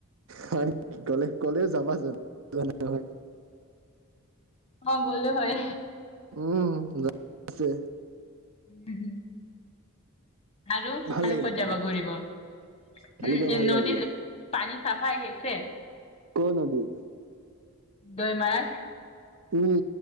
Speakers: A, on the right; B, on the left.
A: হয় কি ক'লে ক'লেও যাবা জানো যোৱাই নাই
B: অ গ'লো হয়।
A: উম য আছে
B: <inaudible> আৰু
A: ভাল
B: আৰু
A: লাগিলে
B: ক'ত
A: কালি
B: যাব
A: গৈ
B: ঘূৰিব উম
A: কালি গৈ
B: এই
A: ভাল
B: নদীৰ
A: লাগিলে
B: পানী চাফা আহি‌‌ আছে।
A: কৰ নদী
B: দৈমাৰত
A: উম